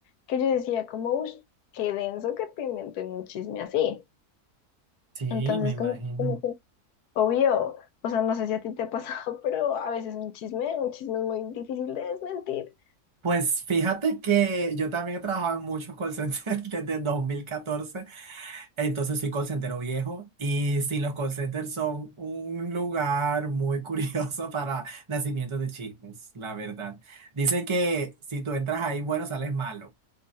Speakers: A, on the left; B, on the right.
A: que yo decía como, uff, qué denso que te inventen un chisme así.
B: Sí,
A: Entonces,
B: me imagino.
A: como, como que, obvio, o sea, no sé si a ti te ha pasado, <laughs> pero a veces un chisme, un chisme es muy difícil de desmentir.
B: Pues fíjate que yo también he trabajado en muchos call centers <laughs> desde 2014, entonces soy call centero viejo y sí, los call centers son un lugar muy curioso <laughs> para nacimientos de chismes, la verdad. Dice que si tú entras ahí, bueno, sales malo.